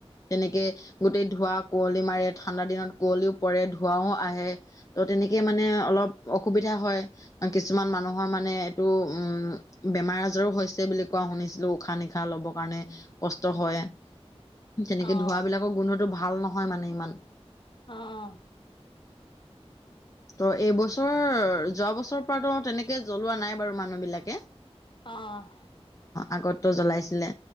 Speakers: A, on the left; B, on the left.
A: তেনেকে গোটেই ধোঁৱা কুঁৱলী মাৰে, ঠাণ্ডা দিনত কুঁৱলীও পৰে, ধোঁৱাও আহে। ত' তেনেকে মানে অলপ অসুবিধা হয়, কিছুমান মানুহৰ মানে এইটো উম বেমাৰ আজাৰো হৈছে বুলি কোৱা শুনিছিলো, উশাহ নিশাহ ল'বৰ কাৰণে কষ্ট হয়। তেনেকে
B: অ',
A: ধোঁৱাবিলাকৰ গোন্ধটো ভাল নহয় মানে ইমান।
B: অ'।
A: ত' এইবছৰ যোৱা বছৰৰ পৰাতো তেনেকে জ্বলোৱা নাই বাৰু মানুহ বিলাকে।
B: অ'।
A: আগতটো জ্বলাইছিলে।